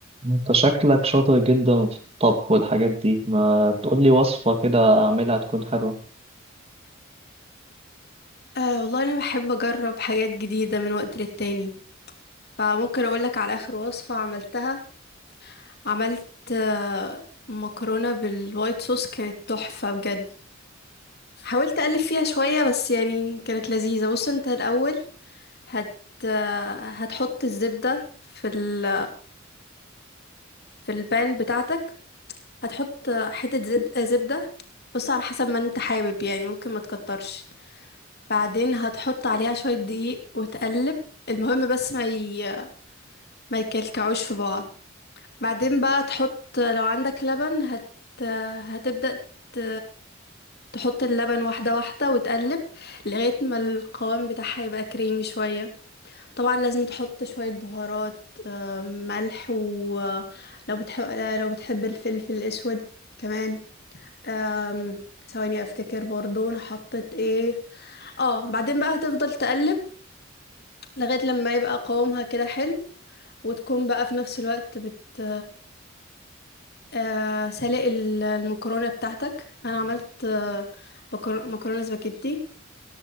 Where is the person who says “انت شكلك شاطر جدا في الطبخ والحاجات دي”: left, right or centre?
Right